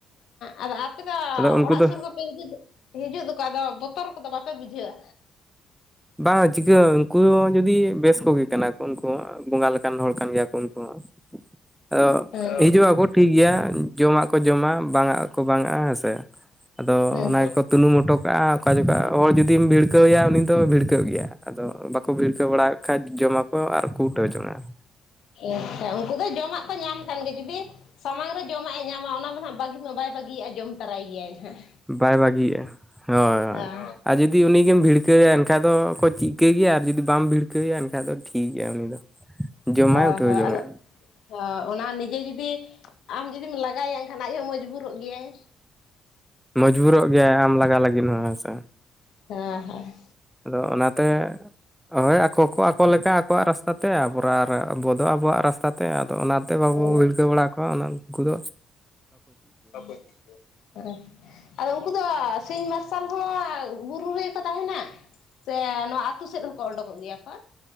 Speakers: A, on the left; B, in the centre.
A: ᱟᱫᱚ ᱟᱯᱮ ᱫᱚ
B: ᱩᱱᱠᱩ
A: ᱚᱲᱟᱜ
B: ᱫᱚ
A: ᱥᱩᱨ ᱦᱤᱡᱩᱜ ᱫᱚᱠᱚ ᱟᱫᱚ ᱵᱚᱛᱚᱨ ᱠᱚᱫᱚ ᱵᱟᱯᱮ ᱵᱩᱡᱷᱟᱹᱣᱟ?
B: ᱵᱟᱝ ᱪᱤᱠᱟᱹᱜ ᱩᱝᱠᱩ ᱡᱩᱫᱤ ᱵᱮᱥ ᱠᱚᱜᱮ ᱠᱟᱱᱟ ᱠᱚ ᱩᱱᱠᱩ ᱦᱚᱸ ᱵᱚᱸᱜᱟ ᱞᱮ ᱠᱟᱱ ᱦᱚᱲ ᱠᱟᱱ ᱜᱮᱭᱟ ᱠᱚ ᱩᱱᱠᱩ ᱦᱚᱸ᱾ ᱟᱫᱚ
A: ᱦᱮᱸ
B: ᱦᱤᱡᱩᱜ ᱟᱠᱚ ᱴᱷᱤᱠ ᱜᱮᱭᱟ ᱡᱚᱢᱟᱜ ᱠᱚ ᱡᱚᱢᱟ ᱵᱟᱝᱟᱜ ᱠᱚ ᱵᱟᱝᱟᱜ-ᱟ ᱦᱮᱸ ᱥᱮ ᱟᱫᱚ
A: ᱦᱮᱸ
B: ᱚᱱᱟ ᱜᱮᱠᱚ ᱛᱩᱱᱩᱢ ᱦᱚᱴᱚ ᱠᱟᱜ-ᱟ᱾ ᱚᱠᱟ ᱡᱩᱠᱷᱟᱜ ᱦᱚᱲ ᱡᱩᱫᱤᱢ ᱵᱷᱤᱲᱠᱟᱹᱣ ᱮᱭᱟ ᱩᱱᱤ ᱫᱚ ᱠᱟᱹᱜ ᱜᱮᱭᱟ ᱟᱫᱚ ᱵᱟᱠᱚ ᱵᱷᱤᱲᱠᱟᱹᱣ ᱵᱟᱲᱟ ᱠᱷᱟᱡ ᱡᱚᱢᱟᱠᱚ ᱟᱨ ᱠᱚ ᱩᱴᱟᱹᱣ ᱪᱟᱞᱟᱜ-ᱟ᱾
A: ᱟᱪᱪᱷᱟ ᱩᱱᱠᱩ ᱫᱚ ᱡᱚᱢᱟᱜ ᱠᱚ ᱧᱟᱢ ᱠᱷᱟᱱ ᱜᱮ ᱡᱩᱫᱤ ᱥᱟᱢᱟᱝ ᱨᱮ ᱡᱚᱢᱟᱜ ᱮ ᱧᱟᱢᱟ ᱚᱱᱟ ᱫᱚ ᱱᱦᱟᱸᱜ ᱵᱟᱹᱜᱤ ᱢᱟ ᱵᱟᱭ ᱵᱟᱹᱜᱤᱭᱟᱜ-ᱟ ᱡᱚᱢ ᱛᱟᱨᱟᱭ ᱜᱮᱭᱟᱭ ᱦᱟᱸᱜ᱾
B: ᱵᱟᱭ ᱵᱟᱹᱜᱤᱭᱟᱜ-ᱟ ᱦᱚᱭ
A: ᱦᱚᱸ
B: ᱟᱨ ᱡᱩᱫᱤ ᱩᱱᱤ ᱜᱮᱢ ᱵᱷᱤᱲᱠᱟᱹᱣᱭᱟ ᱮᱱᱠᱷᱟᱡ ᱫᱚ ᱚᱠᱚᱭ ᱪᱤᱜ ᱛᱮ ᱜᱮᱭᱟ ᱟᱨ ᱡᱩᱫᱤ ᱵᱟᱢ ᱵᱷᱤᱲᱠᱟᱹᱣᱮᱭᱟ ᱮᱱᱠᱷᱟᱡ ᱫᱚ ᱴᱷᱤᱠ ᱜᱮᱭᱟ ᱩᱱᱤ ᱫᱚ᱾ ᱡᱚᱢᱟᱭ
A: ᱦᱚᱭ
B: ᱩᱴᱷᱟᱹᱣ
A: ᱦᱚᱭ
B: ᱡᱚᱝᱟᱭ
A: ᱟᱫᱚᱼᱼ ᱚ ᱚᱱᱟ ᱱᱤᱡᱮ ᱡᱩᱫᱤ ᱟᱢ ᱡᱩᱫᱤᱢ ᱞᱟᱜᱟᱭᱮᱭᱟ ᱮᱱᱠᱷᱟᱱ ᱟᱡᱦᱚᱸ ᱢᱚᱡᱽᱵᱩᱨᱚᱜ ᱜᱮᱭᱟᱭ᱾
B: ᱢᱚᱡᱽᱵᱩᱨᱚᱜ ᱜᱮᱭᱟᱭ ᱟᱢ ᱞᱟᱜᱟ ᱞᱟᱹᱜᱤᱱ ᱦᱚᱸ ᱦᱮᱸᱥᱮ᱾
A: ᱦᱮᱸ ᱦᱮᱸ
B: ᱟᱫᱚ ᱚᱱᱟᱛᱮ ᱦᱚᱭ ᱟᱠᱚ ᱠᱚ ᱟᱠᱚ ᱞᱮᱠᱟ ᱟᱠᱚᱣᱟᱜ ᱨᱟᱥᱛᱼᱼ ᱟ ᱛᱮ ᱟᱵᱨᱟ ᱨᱮ ᱟᱵᱚ ᱫᱚ ᱟᱵᱚᱣᱟᱜ ᱨᱟᱥᱛᱟ ᱛᱮ ᱟᱫᱚ ᱚᱱᱟᱛᱮ ᱵᱟᱵᱚ
A: ᱚ
B: ᱵᱷᱤᱲᱠᱟᱹᱣ ᱵᱟᱲᱟ ᱠᱚᱣᱟ ᱚᱱᱟᱼᱼ ᱠᱚᱫᱚᱼᱼ
A: ᱵᱟᱠᱚ ᱪᱤᱠᱟᱹ <unintelligible> ᱟᱫᱚ ᱩᱱᱠᱩ ᱫᱚ ᱥᱤᱧ ᱢᱟᱨᱥᱟᱞ ᱦᱚᱸ ᱵᱩᱨᱩ ᱨᱮᱜᱮᱠᱚ ᱛᱟᱦᱮᱱᱟᱼᱼ ᱥᱮ ᱱᱚᱶᱟ ᱟᱛᱩ ᱥᱮᱫ ᱦᱚᱸᱠᱚ ᱚᱰᱚᱠᱚᱜ ᱜᱮᱭᱟ? ᱠᱚ